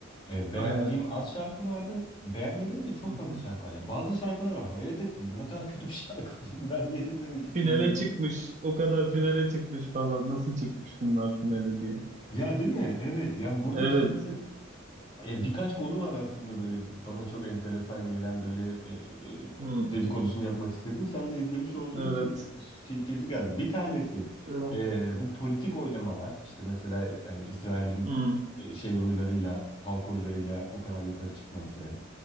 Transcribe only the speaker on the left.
e, beğendiğim
az şarkı vardı, beğenmediğim de çok
fazla
şarkı var. Ya bazı şarkılara hayret ettim. Bu ne kadar kötü bir şarkı. <laughs> Bunu ben niye dinlemek isteyeyim
diye.
Ya değil mi? Evet. Yani burada
şimdi E, birkaç konu var aslında böyle bana çok enteresan gelen böyle e, e,
dedikodusunu yapmak istediğim. Sen de izlemiş olduğun
için şey, keyifli geldi. Bir tanesi
e, bu politik oylamalar işte mesela yani İsrail'in
e, şey oylarıyla halk oylarıyla o kadar yukarı çıkması.